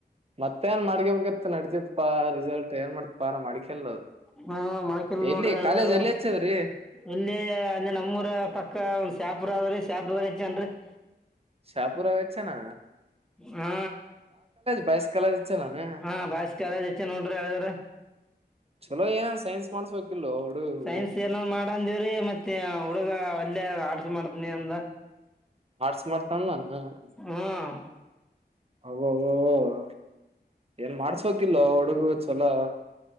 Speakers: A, on the right; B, in the centre.
A: ಮತ್ತೆ ಏನ್ ಮಾಡಗ ಬ <inaudible> ನಡತತ್ ಪಾ ರಿಸಲ್ಟ್ ಏನ್ ಮಾಡ್ತಿಪಾ ನ ಮಾಡ್ಿಕಲ್ ಅದು
B: ಹ್ಮ್ ಮೊಳಕಿಲ್
A: ಎಲ್ಲಿ
B: ನೋಡ್ರಿ ಹೇಳಿದಾರ
A: ಕಾಲೇಜ್ ಎಲ್ಲಿ ಇಚ್ಚಿದ್ರಿ <inaudible> ಅ <inaudible>
B: ಇಲ್ಲಿ ಅಲ್ಲಿ ನಮ್ಮೂರ ಪಕ್ಕ ಒಂದ ಶ್ಯಾಪುರ ಆದ್ರೀ ಶಾಪು ಬಾಗ ಹೆಚ್ಚನ್ರಿ <inaudible>
A: ಶಾಹಪುರಗಚ್ಚ ನ
B: ಹಾ
A: ಬಾಯ್ಸ್ ಕಾಲೇಜ್ ಹಚ್ಚನಾನ
B: ಹಾ ಬಸ್ಕಲ್ಲ್ ಹೆಚ್ಚ ನೋಡ್ರಿ ಆಲಿಡೇರಾ
A: ಚಲೋ ಏನನ್ ಸೈನ್ಸ್ ಮಾಡ್ಸ್ಬೇಕಿಲ್ಲೋ ಹುಡುಗರು
B: ಸೈನ್ಸ್ ಏನ ಮಾಡ್ ಅಂದಿರಿ ಮತ್ತೆ ಹೂಡುಗ ಒಲ್ಲೆ ಆರ್ಟ್ಸ್ ಮಾಡ್ತೀನಿ ಅಂದ
A: ಆರ್ಟ್ಸ್ ಮಾಡ್ತೀನಿ ಅಂದ ಏನ್
B: ಹ್ಮ್
A: ಹೌದ ಓ ಏನ್ ಮಾಡ್ಸ್ಬೇಕಿಲ್ಲ ಹುಡುಗು ಚಲೋ